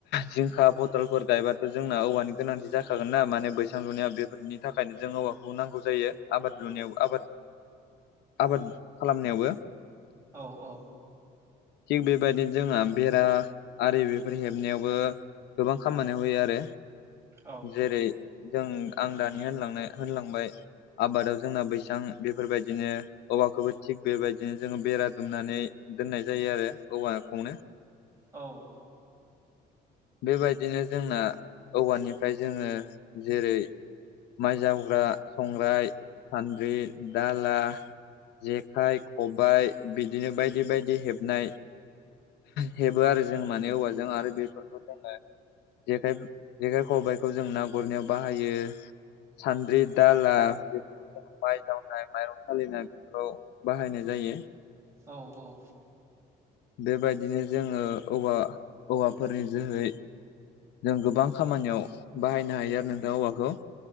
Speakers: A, on the left; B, on the right.
A: जिंखा बथलफोर गायबा जोंना औवानि गोनांथि जाखागोन नना माने बैसां लुनायाव बेफोरनि थाखायनो जों औवाखौ नांगौ जायो। आबाद लुनायाव आबाद आबाद खालामनायावबो
B: औ औ
A: थिग बेबायदिनो जोंहा बेरा आरि बेफोर हेबनायावबो गोबां खामानियाव होयो आरो
B: औ
A: जेरै जों आं दानि होनां होनलांबाय आबादाव जोंना बैसां बेफोरबायदिनो औवाखौबो थिग बेबायदिनो जोङो बेरा दुमनानै दोननाय जायो आरो औवाखौनो
B: औ
A: बेबायदिनो जोंना औवानि ओमफ्राय जोङो जेरै माइ जावग्रा संग्राय सान्द्रि दाला जेखाइ, खबाय बिदिनो बायदि बायदि हेबनाय हेबो आरो जों माने औवाजों आरो बेफोरखौ जोङो जेखाय जेखाइ, खबायाइखौ जों ना गुरनायाव बाहायो सान्द्रि दा ला बेफोरखौ जों माइ जावनाय माइरं सालिनाय बेफोराव बाहायनाय जायो।
B: औ औ
A: बेबायदिनो जोङो औव औवाफोरनि जोहै जों गोबां खामानियाव बाहायनो हायो आरो नोंथां औवाखौ